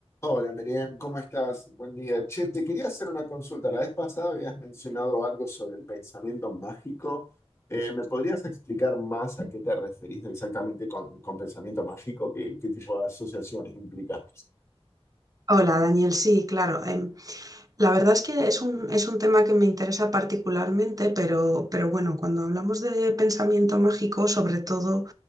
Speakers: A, on the left; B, on the right.
A: Hola, Miriam, ¿cómo estás? Buen día. Che, te quería hacer una consulta. La vez pasada habías mencionado algo sobre el pensamiento mágico. Eh, ¿me podrías explicar más a qué te referís exactamente con, con pensamiento mágico? ¿Qué, qué tipo de asociaciones implica?
B: Hola Daniel, sí, claro. em, la verdad es que es un, es un tema que me interesa particularmente, pero, pero bueno, cuando hablamos de pensamiento mágico, sobre todo